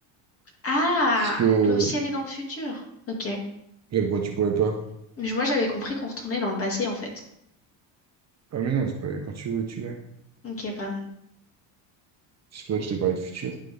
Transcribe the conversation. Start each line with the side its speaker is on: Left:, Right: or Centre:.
Left: Ah,
Right: Parce que,
Left: on peut aussi aller dans le futur. Ok.
Right: Ouais, pourquoi tu pourrais pas?
Left: Mais Moi, j'avais compris qu'on retournait dans le passé, en fait.
Right: Ah mais non, tu peux aller quand tu veux, tu veux.
Left: Ok, pardon.
Right: C'est pour ça que je t'ai parlé de futur.